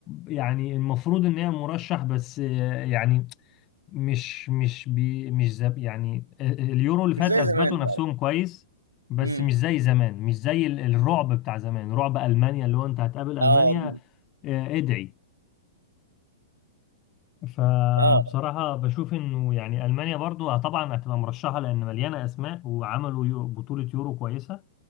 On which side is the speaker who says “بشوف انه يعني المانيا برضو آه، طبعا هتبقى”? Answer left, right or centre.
Left